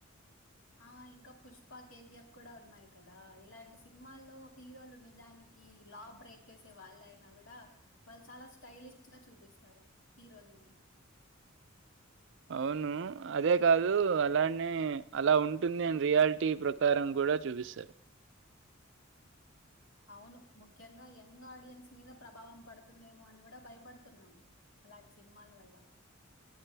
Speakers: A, on the left; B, on the right.
A: ఆ ఇంకా పుష్ప కేజీఎఫ్ కూడ ఉన్నాయ్ కదా ఇలాంటి సిన్మాల్లో హీరోలు నిజానికీ లా బ్రేక్ చేసే వాళ్ళయినా గూడ వాళ్ళు చాలా స్టైలిష్ గా చూపిస్తారు హీరోలని
B: అవును అదే కాదు అలానే అలా ఉంటుంది అని రియాలిటీ ప్రకారం గూడ చూపిస్తారు
A: అవును ముఖ్యంగా యంగ్ ఆడియన్స్ మీద ప్రభావం పడుతుందేమో అన్ కూడ భయపడుతున్నామ్ అలాంటి సిన్మాల వల్ల